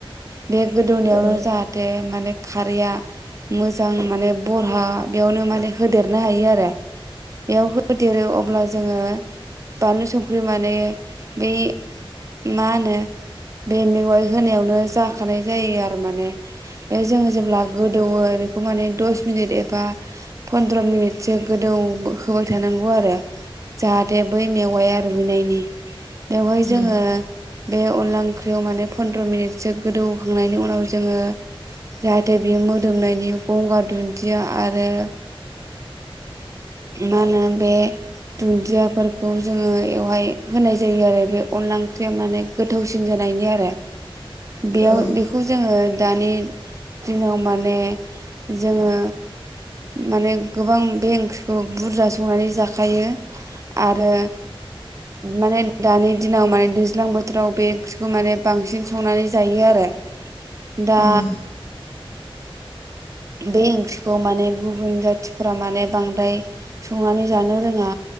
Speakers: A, on the right; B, on the left.
A: बे गोदौनायावनो
B: औ
A: जाहाथे माने खारैया मोजां माने बरहा बेयावनो माने होदेरनो हायो आरो। बेयाव हो देरो अब्ला जोङो बानलु संख्रि माने बै मा होनो बे मेगाइ होनायावनो जाखानाय जायो आरो माने बे जों जेब्ला गोदौवो बेखौ माने दस मिनिट एबा फन्द्र मिनिटसो गोदौ होबाय थानांगौ आरो जाहाथे बै मेवाया रुइनायनि। बेवहाय
B: उम
A: जोङो बे अनला ओंख्रियाव माने फन्द्र मिनिटसो गोदौखांनायनि उनाव जोङो जाहाथे बेयो मोदोमनायनि गंगार दुन्दिया आरो मा होनो बे दुन्दियाफोरखौ जोङो बेवहाय होनाय जायो आरो बे अनला ओंख्रिया माने गोथावसिन जानाय नि आरो बेयाव
B: ओं
A: बेखौ जोङो दानि दिनाव माने जोङो माने गोबां बे ओंख्रिखौ बुरजा संनानै जाखायो आरो माने दानि दिनाव माने दैज्लां बोथोराव बे ओंख्रिखौ माने बांसिन संनानै जायो आरो। दा
B: उम
A: बे ओंख्रिखौ माने गुबुन जाथिफोरा माने बांद्राय संनानै जानो रोङा